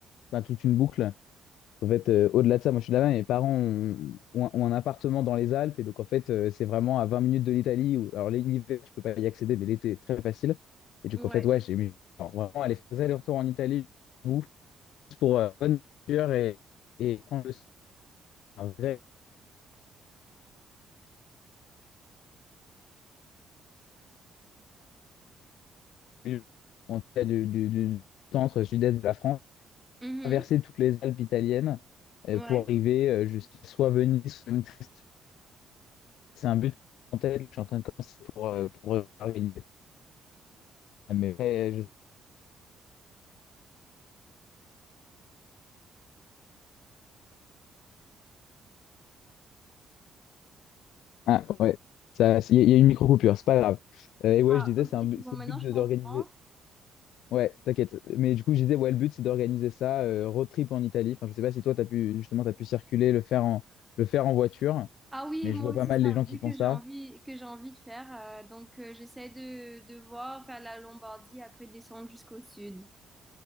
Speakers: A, on the left; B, in the centre.
A: enfin, toute une boucle. En fait, euh, au-delà de ça, moi je suis de là-bas, mes parents ont, ont un ont un appartement dans les Alpes, et donc en fait, euh, c'est vraiment à 20 minutes de l'Italie. où- Alors l'hiver, je peux pas y accéder, mais l'été, très facile. Et donc
B: Ouais.
A: en fait, ouais, j'ai mis alors, vraiment aller faire des allers-retours en Italie, ouf, juste pour euh, bonne nourriture et, et prendre le un vrai parcours, en tout cas, du, du- du centre-sud-est de la France,
B: Mhm.
A: traverser toutes les Alpes italiennes euh,
B: Ouais.
A: pour arriver euh, jusqu'à soit Venise, soit Utrecht. C'est un but en tête, que je suis en train de commencer pour, euh, pour organiser. Mais euh, je Ah ouais, ça, il y, a il y a une micro-coupure, c'est pas grave. Euh, et ouais,
B: Ah,
A: je disais,
B: ok,
A: c'est un but-
B: c'est bon,
A: c'est
B: maintenant
A: le but
B: je
A: de-
B: t'entends.
A: d'organiser. Ouais, t'inquiète. Mais du coup, je disais, ouais, le but, c'est d'organiser ça, euh, road trip en Italie. Enfin, je sais pas si toi, t'as pu, justement, t'as pu circuler, le faire en, le faire en voiture.
B: Ah oui,
A: Mais
B: moi
A: je vois
B: aussi,
A: pas mal
B: c'est
A: les
B: un
A: gens
B: but
A: qui font
B: que
A: ça.
B: j'ai envie, que j'ai envie de faire. euh, donc, euh, j'essaie de, de voir, faire la Lombardie, après descendre jusqu'au sud.